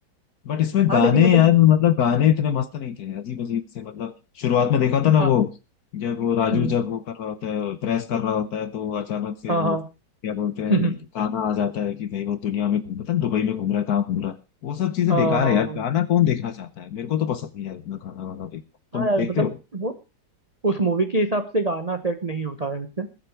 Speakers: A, on the left (about 60°); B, on the right (about 35°).
A: बट इसमें
B: हाँ
A: गाने
B: लेकिन मतलब
A: यार मतलब गाने इतने मस्त नहीं थे अजीब अजीब से मतलब शुरुआत में देखा था ना
B: हाँ
A: वो जब वो राजू
B: हम्म,
A: जब वो कर रहा होता है प्रेस कर रहा होता है तो अचानक से
B: हाँ
A: वो क्या बोलते हैं
B: हाँ <laughs>
A: गाना आ जाता है कि भाई वो दुनिया में घूम पता नहीं दुबई में घूम रहा है कहाँ घूम रहा है वो सब चीजें
B: हाँ
A: बेकार
B: हाँ
A: है यार
B: हाँ
A: गाना कौन देखना चाहता है मेरे को तो पसंद नहीं है इतना गाना वाना देखना तुम
B: हाँ यार
A: देखते
B: मतलब
A: हो
B: वो उस मूवी के हिसाब से गाना सेट नहीं होता है वैसे